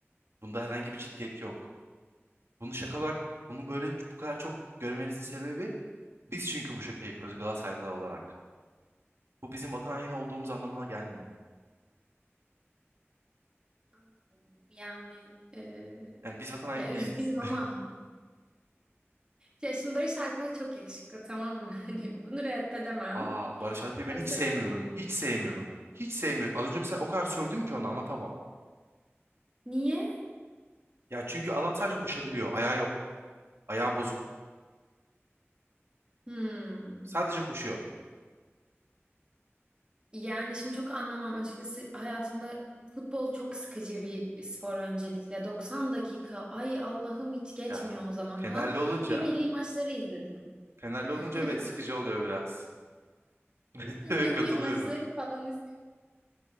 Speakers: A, on the right (about 70°); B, on the right (about 20°).
A: Bunda herhangi bir ciddiyet yok. Bunu şaka olarak bunu böyle bu kadar çok görmenizin sebebi biz çünkü bu şakayı yapıyoruz Galatasaraylılar olarak. Bu bizim vatan haini olduğumuz anlamına gelmiyor.
B: Anladım. Yani eee,
A: Yani biz vatan haini
B: ya
A: değiliz.
B: üzgünüm ama ya şimdi Barış Alper çok yakışıklı tamam mı? <laughs> Hani bunu reddedemem.
A: Aa Barış Alper'i
B: Galatasaray'ın
A: ben hiç sevmiyorum. Hiç sevmiyorum. Hiç sevmiyorum. Az önce mesela o kadar sövdüm ki onu anlatamam.
B: niye?
A: Ya çünkü adam sadece koşabiliyor. Ayağı yok. Ayağı bozuk.
B: Hmm.
A: Sadece koşuyor.
B: Yani şimdi çok anlamam açıkçası hayatımda futbol çok sıkıcı bir spor öncelikle. 90 dakika ay Allah'ım hiç geçmiyor
A: Ya
B: o zaman
A: Fenerli
B: falan.
A: olunca
B: Bir milli maçları izledim.
A: Fenerli olunca
B: <laughs>
A: evet sıkıcı oluyor biraz. <laughs>
B: Ya,
A: Evet,
B: Milli
A: Katılıyorum.
B: maçları falan iz